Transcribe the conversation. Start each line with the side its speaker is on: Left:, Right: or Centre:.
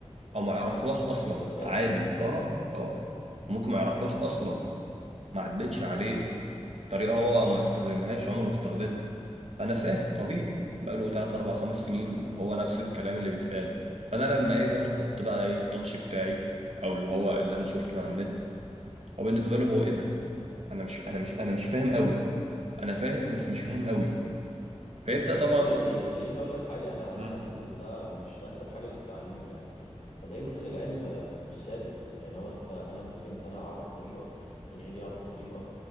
Right: او ما يعرفهاش اصلا
Left: ده ده بجد
Right: عادي اه اه ممكن ما يعرفهاش
Left: امم
Right: اصلا ما عدتش عليه طريقه هو ما استخدمهاش عمره ما استخدمها فنساها طبيعي بقاله 3 4 5 سنين
Left: امم
Right: هو نفس الكلام اللي بيتقال فانا لما اجي انا احط بقى ايه التاتش بتاعي او اللي هو اللي انا شفته من على النت هو بالنسبه له هو ايه ده انا مش انا مش انا مش فاهم قوي انا فاهم بس مش فاهم قوي فيبدا
Left: بس
Right: طبعا
Left: شوي يعني خليني اقول لك حاجه انا انا
Right: مم.
Left: حاسس ان ده مش انسب حاجه للتعليم يعني فدايما العلم مش ثابت يعني هو انت انا ممكن انا اعرف طريقه غيري يعرف طريقه